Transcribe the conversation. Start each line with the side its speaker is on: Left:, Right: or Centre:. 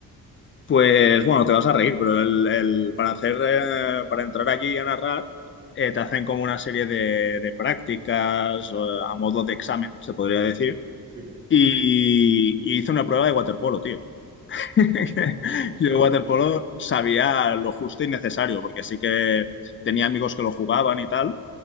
Left: Pues bueno, te vas a reír, pero el, el- para hacer, eh, para entrar allí a narrar, eh, te hacen como una serie de, de prácticas, eh, a modo de examen, se podría decir
Right: Sí.
Left: y, y hice una prueba de waterpolo, tío. <laughs>
Right: Uh, ¿sí?
Left: Yo waterpolo sabía lo justo y necesario, porque sí que tenía amigos que lo jugaban y tal,